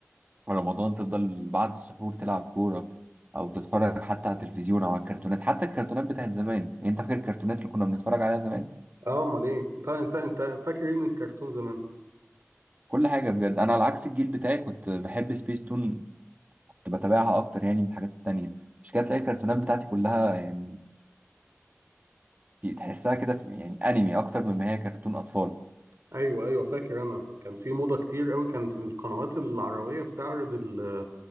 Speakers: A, on the right; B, on the right.
A: في رمضان تفضل بعد السحور تلعب كورة أو تتفرج حتى على التلفزيون أو على الكرتونات حتى الكرتونات بتاعت زمان يعني أنت فاكر الكرتونات اللي كنا بنتفرج عليها زمان
B: اه امال ايه انت انت انت فاكر ايه من الكرتون زمان
A: كل حاجة بجد أنا على عكس الجيل بتاعي كنت بحب سبيس تون كنت بتابعها اكتر يعني من الحاجات التانية مش كده تلاقي الكرتونات بتاعتي كلها يعني في- تحسها كده في يعني انمي اكتر مما هي كرتون اطفال
B: ايوه ايوه فاكر انا كان في موضه كتير قوي كانت القنوات العربيه بتعرض ال-